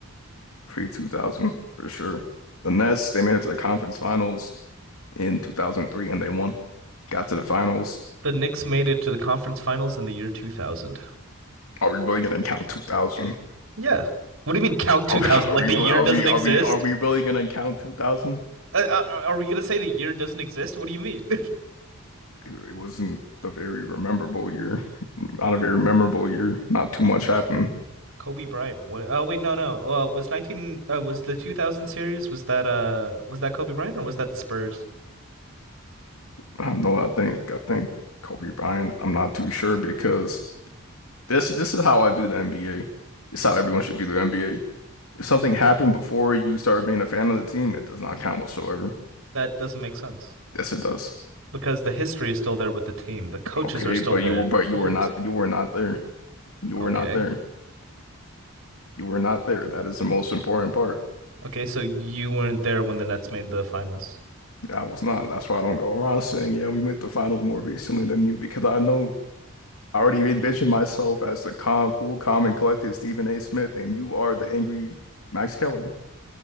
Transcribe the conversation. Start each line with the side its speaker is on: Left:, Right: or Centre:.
Left: pre two thousand for sure. The Nets, they made it to the conference finals in 2003 and they won. Got to the finals.
Right: The Knicks made it to the conference finals in the year 2000.
Left: Are we really gonna count 2000?
Right: Yeah. What do you mean count
Left: Are
Right: 2000?
Left: we, are
Right: Like
Left: we
Right: the
Left: really
Right: year
Left: are
Right: doesn't
Left: we
Right: exist?
Left: are we are we really gonna count 2000?
Right: Uh, uh, uh, are we gonna say the year doesn't exist? What do you mean?
Left: It really wasn't a very memorable year. Not a very memorable year. Not too much happened.
Right: <laughs> Kobe Bryant. What? Oh wait, no, no. Uh, was 19 uh, was the 2000 series was that uh was that Kobe Bryant or was that the Spurs?
Left: I don't know. I think I think Kobe Bryant. I'm not too sure because this this is how I view the NBA. It's how everyone should view the NBA. If something happened before you started being a fan of the team, it does not count whatsoever.
Right: That doesn't make sense
Left: Yes, it does.
Right: because the history is still there with the team. The coaches
Left: Okay,
Right: are still
Left: but you
Right: there,
Left: were
Right: the
Left: but
Right: players.
Left: you were not you were not there. You were
Right: Okay.
Left: not there. You were not there. That is the most important part.
Right: Okay, so you weren't there when the Nets made the finals.
Left: I was not. That's why I don't go around saying, yeah, we made the finals more recently than you, because I know I already envision myself as the calm, cool, calm, and collected Stephen A. Smith, and you are the angry Max Keller.